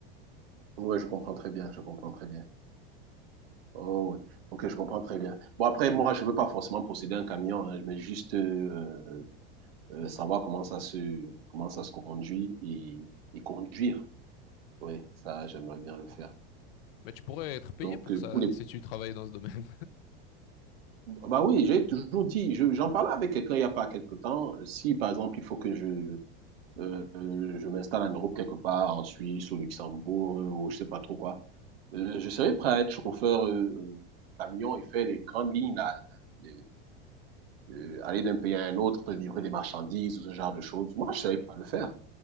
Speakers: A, on the right; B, on the left.
A: Oui, je comprends très bien, je comprends très bien. Oh, oui. Ok, je comprends très bien. Bon, après, moi, je veux pas forcément posséder un camion, hein, je veux juste euh, euh, savoir comment ça se, comment ça se conduit et, et conduire. Oui, ça, j'aimerais bien le faire.
B: Mais tu pourrais être payé
A: Donc,
B: pour
A: euh,
B: ça
A: pour les...
B: si tu travaillais dans ce domaine.
A: Bah oui, j'ai toujours dit, je- j'en parlais avec quelqu'un il y a pas quelque temps. Si, par exemple, il faut que je, Euh, je m'installe en Europe quelque part, en Suisse, au Luxembourg, euh, ou je sais pas trop quoi. Euh, je serais prêt à être chauffeur euh, euh, camion et faire les grandes lignes là, Euh, euh, aller d'un pays à un autre, livrer des marchandises ou ce genre de choses. Moi, je savais pas le faire.